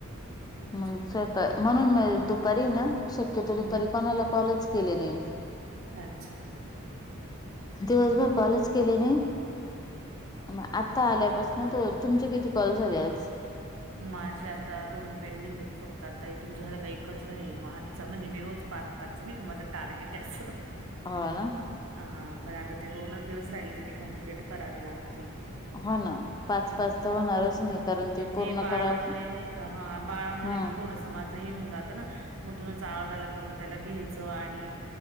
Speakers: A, on the right; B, on the left.
A: अच्छा
B: मग
A: हम्म,
B: म्हणून दुपारी हे ना, शक्यतो दुपारी
A: हम्म.
B: कोणाला कॉलच केले नाही मी.
A: अच्छा.
B: दिवसभर कॉलच केले नाही. मग आता आल्यापासनं तुमचे किती कॉल झाले आज?
A: माझे आता दोन पेंडिंग आहेत, फक्त आता तुमचं झालं का एकच राहील, म आजचा म्हणजे मी रोज पाच पाच नाही का माझं टार्गेटय असं.
B: हो ना.
A: हा, पण आता ते दोनच दिवस राहिले तर ते कंम्प्लीट करावे लागतील.
B: हो ना, पाच
A: अ,
B: पाच तर होणारच नाही कारण ते पूर्ण
A: हे बाळामुळे
B: करावंच
A: नाही का, हा बाळामुळे
B: हा
A: पण थोडंस माझं हे हुन जातं ना, मधूनच आवाज आला क म त्याला घ्यायचं आणि